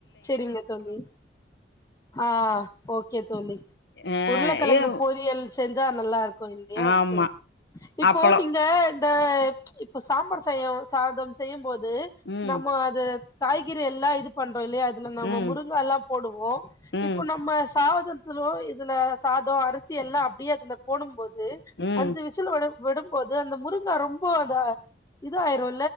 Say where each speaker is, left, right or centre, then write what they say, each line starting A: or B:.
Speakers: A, on the left; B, on the left.
A: செரிங்க தோழி ஆ ஓகே தோழி
B: அ
A: உருளக்கெழங்கு
B: ஏ
A: பொறியல் செஞ் சா நல்லா இருக் கு இல்லையா அதுக்கு
B: ஆமா
A: இப்போ
B: அப்பளம்
A: நீங்க இந்த சாம்பார் செய்யவு சாதம் செய்யு போ து
B: ம்
A: நம்ம அது காய்கெ றி எல்லா இது பண் றோ இல்லையா அதுல நாம
B: ம்
A: முருங்கெ எல்லா போடுவோ
B: ம்
A: இப்போ நம்ம சாவாதத்திலு இதுல சாதோ அரிசி எல்லா அப்டியே அதுல போடும் போ து
B: ம்
A: அஞ்சு விசில் ஒட விடும்போது அந்த முருங்கா ரொம்ப அந்த இதா ஆயிரு